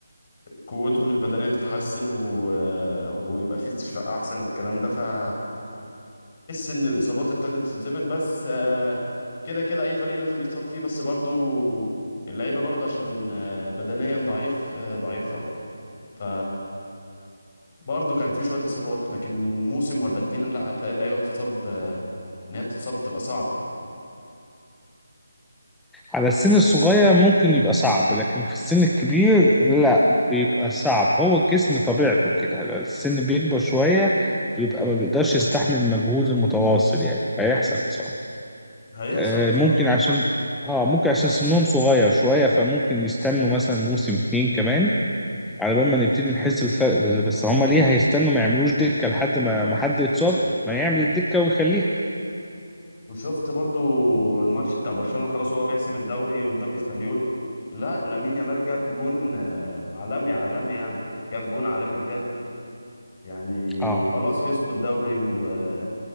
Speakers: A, on the left; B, in the centre.
A: قوتهم البدنية تتحسن و... آه، ويبقى في استشفاء احسن والكلام ده فتحس ان الإصابات ابتدت تتظبط بس آه، كده كده اي فريق لازم يتصاب فيه بس برضه اللعيبة برضه عشان آه، بدنيا ضعيف آه، ضعيفة ف برضه كان في شوية إصابات لكن موسم ولا اتنين لا هتلاقي اللعيبة بتتصاب آه، إن هي بتتصاب بتبقى صعب
B: على السن الصغير ممكن يبقى صعب لكن في السن الكبير لا بيبقى صعب هو الجسم طبيعته كده السن بيكبر شوية بيبقى ما بيقدرش يستحمل المجهود المتواصل يعني هيحصل إصابة
A: هيحصل
B: آه،
A: إصابة
B: ممكن عشان اه ممكن عشان سنهم صغير شوية فممكن يستنوا مثلا موسم اتنين كمان على بال ما نبتدي نحس بالفرق بس, بس هما ليه هيستنوا ما يعملوش دكة لحد ما ما حد يتصاب ما يعمل الدكة ويخليها
A: وشفت برضه الماتش بتاع برشلونة خلاص وهو بيحسم الدوري قدام إسبانيول لا لامين يامال جاب جون آه، عالمي عالمي يعني جاب جون عالمي بجد يعني
B: اه
A: وخلاص كسبوا الدوري و-